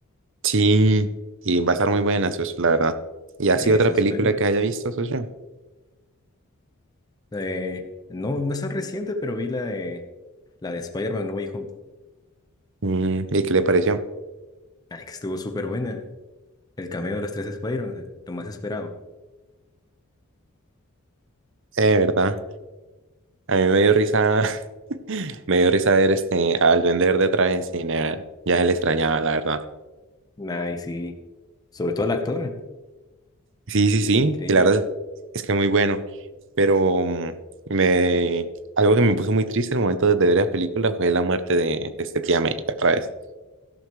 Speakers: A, on the right; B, on the left.
A: sí, y va a estar muy buena, socio, la verdad. ¿Y así
B: Eso
A: otra
B: espero.
A: película que haya visto, socio?
B: Eh, no, no es tan reciente, pero vi la de, la de Spider-Man No Way Home.
A: Mm, ¿y qué le pareció?
B: Ay, que estuvo súper buena. El cameo de los tres Spider-Man, lo más esperado.
A: Eh, ¿verdad? A mí me dio risa, <laughs> me dio risa ver este, al vender de otra vez en cine, ya se le extrañaba, la verdad.
B: Ay, sí. Sobre todo el actor,
A: Sí, sí,
B: que
A: sí,
B: es increíble.
A: y la verdad es, que muy bueno, pero mm, me, algo que me puso muy triste en el momento de ver la película fue la muerte de, de este tía May otra vez,